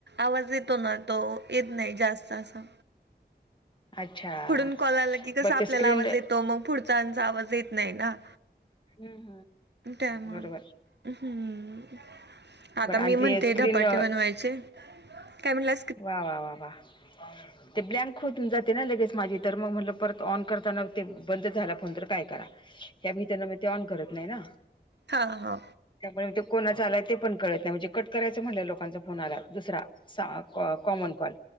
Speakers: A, on the right (about 75°); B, on the left (about 25°).
A: आवाज तो ना तो येत नाही जास्त असा
B: अच्छा.
A: पुढून कॉल आला की
B: बर
A: आपल्याला
B: ते स्क्रीन
A: आवाज येतो मग पुढचाचा आवाज येत नाही ना.
B: हम्म हम्म.
A: टयम
B: बरोबर
A: हम्म. आता
B: बरं
A: मी
B: आणि
A: म्हणते
B: ते स्क्रीन
A: धपाटे बनवायचे काय म्हणलं?
B: वा वा वा वा. ते ब्लँक होतून जाते ना लगेच माझी तर मग म्हटलं परत ऑन करताना ते बंद झाला फोन तर काय करा. या भितर म ते ऑन करत नाही ना.
A: हा हा.
B: त्यामुळे ते कोणाचा आलाय ते पण कळत नाही म्हणजे कट करायचं म्हणलंय लोकांचा फोन आला दुसरा कॉमन कॉल